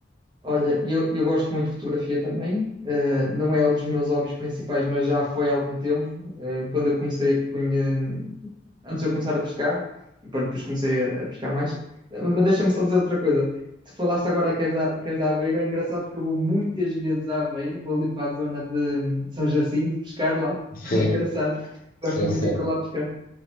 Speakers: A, on the right; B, on the left.
A: Olha, eu, eu gosto muito de fotografia também. Eh, não é um dos meus hobbies principais, mas já foi há algum tempo. Eh, quando eu comecei a conhe- Antes de eu começar a pescar, e pronto, depois comecei a, a pescar mais. Eh, Mas deixa-me só dizer outra coisa. Tu falaste agora que és da, que és da Aveiro, é engraçado porque eu vou muitas vezes a Aveiro, vou ali para a zona de hum, São Jacinto pescar lá.
B: Sim,
A: <laughs> É engraçado.
B: sim,
A: Gosto muito
B: sim.
A: de ir para lá pescar.